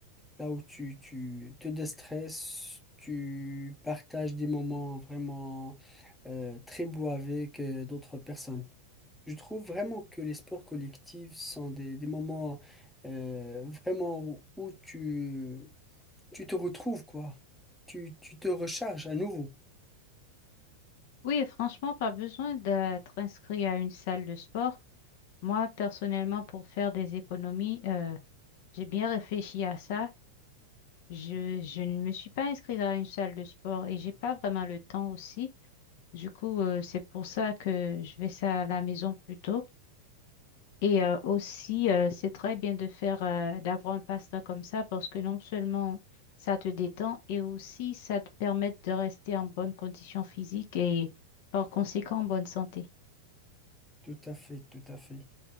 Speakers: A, in the centre; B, on the left.
A: là où tu, tu te déstresses, tu partages des moments vraiment euh, très beaux avec euh, d'autres personnes. Je trouve vraiment que les sports collectifs sont des, des moments euh, vraiment où, où tu, tu te retrouves, quoi. Tu, tu te recharges à nouveau.
B: Oui, et franchement, pas besoin d'être inscrit à une salle de sport. Moi, personnellement, pour faire des économies, euh, j'ai bien réfléchi à ça. Je, je ne me suis pas inscrite à une salle de sport et j'ai pas vraiment le temps aussi. Du coup, euh, c'est pour ça que je vais ça à la maison plutôt. Et euh, aussi, euh, c'est très bien de faire, euh, d'avoir un passe-temps comme ça parce que non seulement ça te détend et aussi ça te permet de rester en bonne condition physique et par conséquent en bonne santé.
A: Tout à fait, tout à fait.